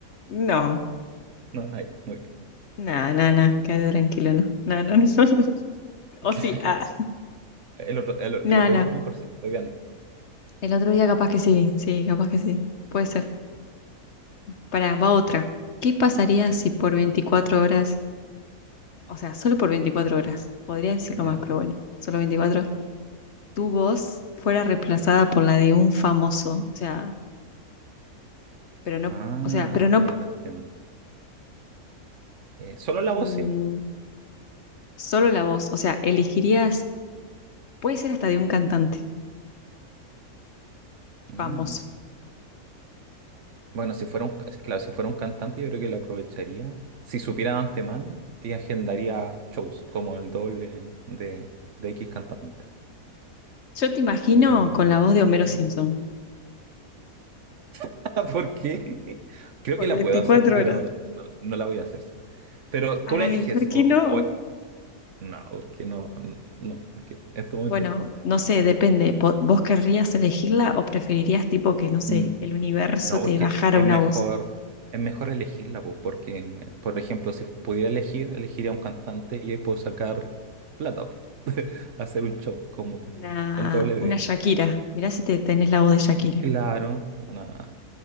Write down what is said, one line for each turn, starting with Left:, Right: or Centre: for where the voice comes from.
Left: no,
Right: No, ahí, muy bien.
Left: nada, nada,
Right: Ya.
Left: nada, quédate tranquilo, no. No, no, no. <laughs> O
Right: <laughs>
Left: sí, ah,
Right: El otro, el,
Left: nada,
Right: el otro
Left: nada.
Right: día a lo mejor sí, hoy día no.
Left: El otro día capaz que sí, sí, capaz que sí. Puede ser. Pará, va otra. ¿Qué pasaría si por 24 horas, o sea, solo por 24 horas, podría decirlo
Right: No. Ya.
Left: más, pero bueno, solo 24, tu voz fuera reemplazada por la de un famoso? O sea, pero no,
Right: Ah,
Left: o sea, pero no,
Right: ya te entiendo. Eh, solo la
Left: mm,
Right: voz sí.
Left: solo la voz, o sea, elegirías, puede ser hasta de un cantante
Right: Mm.
Left: famoso
Right: Bueno, si fuera un, ca- claro, si fuera un cantante, yo creo que lo aprovecharía. Si supiera de antemano, y agendaría shows como el doble de, de X cantante.
Left: Yo te imagino
Right: Eh,
Left: con la voz de Homero
Right: ¿Mm?
Left: Simpson
Right: <laughs> ¿Por qué? Creo
Left: por
Right: que la
Left: 24
Right: puedo hacer, pero
Left: horas.
Right: no, no no la voy a hacer. sí. Pero tú
Left: Ay,
Right: la eliges
Left: ¿por qué
Right: o,
Left: no?
Right: o- no, porque no, no, porque en este momento
Left: Bueno,
Right: no.
Left: no sé, depende. Po- ¿Vos querrías elegirla o preferirías tipo que, no sé,
Right: Mm,
Left: el universo
Right: No,
Left: te
Right: es que
Left: bajara
Right: es
Left: una
Right: mejor,
Left: voz?
Right: es mejor elegirla, pues, porque, por ejemplo, si pudiera elegir, elegiría un cantante y ahí puedo sacar plata, pues, hacer un show como
Left: Una,
Right: el doble
Left: una
Right: de,
Left: Shakira. Mirá si te tenés la voz de Shakira.
Right: claro, una